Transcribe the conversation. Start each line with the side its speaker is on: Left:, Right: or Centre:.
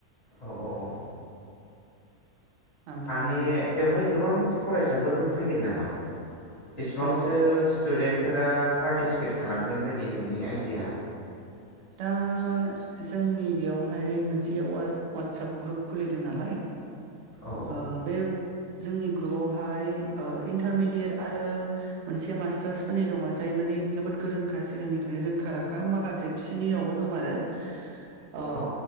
Left: औ औ औ।
Right: ओमफाय
Left: माने बेवहाय गोबां फरायसाफोरबो फैगोन नामा। बेसिबांसो
Right: औ
Left: स्टुदेन्ट फोरा। पार्टिसिपेट खालामगोन बायदि नोंनि आइडिया
Right: दा जोंनि बेयावहाय मोनसे वाटसप ग्रुप खुलिदों नालाय।
Left: औ
Right: आ बे। जोंनि ग्रुपावहाय ओ इन्टारमेडियेट आरो मोनसे मास्टार्सफोरनि दङ जाय जोबोर गोरोंखा सिगांनिफ्राय रोंखा राखा माखासे। फ्रियावबो दं आरो अ
Left: औ